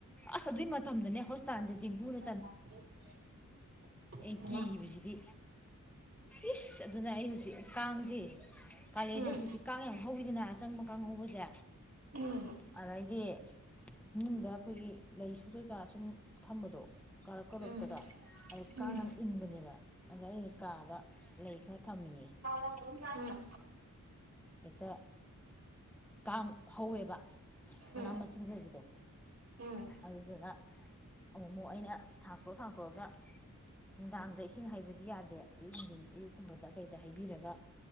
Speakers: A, in the centre; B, on the right.
A: ꯑꯁ ꯑꯗꯨꯏ ꯃꯇꯝꯗꯅꯦ ꯍꯣꯁꯄꯤꯇꯥꯜꯁꯦ ꯗ‌ꯦꯡꯒꯨꯅ꯫
B: <unintelligible>
A: ꯑꯩ
B: ꯍꯩꯃꯥ
A: ꯀꯤ ꯕꯁꯤꯗꯤ꯫ ꯏꯁ ꯑꯗꯨꯅ ꯑꯩ ꯍꯧꯖꯤꯛ ꯀꯥꯡꯁꯦ ꯀꯥꯂꯦꯟꯗꯤ
B: ꯎꯝ
A: ꯍꯧꯖꯤꯛꯁ‌ꯦ ꯀꯥꯡ ꯌꯥꯝ ꯍꯧꯋꯤꯗꯅ ꯑꯆꯪꯕ꯫ ꯀꯥꯡꯉꯧꯕꯁꯦ
B: ꯎꯝ
A: ꯑꯗꯩꯗꯤ ꯏꯃꯨꯡꯗ ꯑꯈꯣꯏꯒꯤ꯫ ꯂꯩꯁꯨ ꯀꯩꯀꯥ ꯁꯨꯝ ꯊꯝꯕꯗꯣ ꯀꯥꯔꯛ ꯀꯥꯔꯛꯇꯒ꯫
B: ꯎꯝ ꯎꯝ
A: ꯑꯗꯨ ꯀꯥꯡ
B: ꯎꯝ
A: ꯌꯥꯝ ꯏꯟꯕꯅꯦꯕ ꯑꯗꯨ ꯑꯩ ꯀꯥꯗ ꯂꯩ ꯈꯔ ꯊꯝꯃꯤꯌꯦ꯫
B: ꯎꯝ꯫
A: ꯍ‌ꯦꯛꯇ꯫ ꯀꯥꯡ ꯍꯧꯋꯦꯕ ꯃꯅꯥ
B: ꯎꯝ
A: ꯃꯁꯤꯡ ꯂꯩꯕꯗꯣ꯫
B: ꯎꯝ
A: ꯑꯗꯨꯗꯨꯅ ꯑꯃꫭꯛ ꯑꯃꫭꯛ ꯑꯩꯅ ꯊꯥꯡꯇꯣꯛ ꯊꯥꯡꯇꯣꯛꯑꯒ꯫ ꯅꯨꯡꯗꯥꯡꯗ ꯏꯁꯤꯡ ꯍꯩꯕꯗꯤ ꯌꯥꯗꯦ꯫ ꯑꯌꯨꯛꯅꯨꯡꯗꯤꯟ ꯑꯌꯨꯛꯀꯨꯝꯕꯗ ꯀꯩꯗ ꯍꯩꯕꯤꯔꯒ